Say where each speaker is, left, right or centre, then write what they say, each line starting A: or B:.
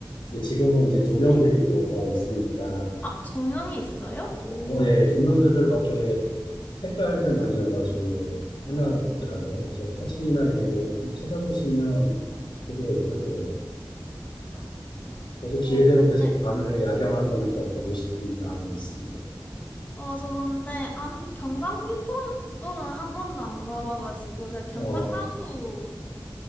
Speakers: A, on the left; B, on the left.
A: 근데 지금은 이제 조명들이
B: 네.
A: 또 더 있으니까,
B: 아, 조명이 있어요? 오,
A: 어, 예, 조명들을 막 이렇게 색깔들 많이 넣어가지고 해놨더라고요. 그래서 사진이나 이런 거 한번 찾아보시면 되게 예쁠 거예요.
B: 음,
A: 저도 기회
B: 어,
A: 되면 그래서
B: 네.
A: 밤에 야경 한번 더 보고 싶은 마음이 있습니다.
B: 어, 저 근데 안 경상북도는 북도는 한 번도 안 가봐가지고 제가 경상남도만
A: 어,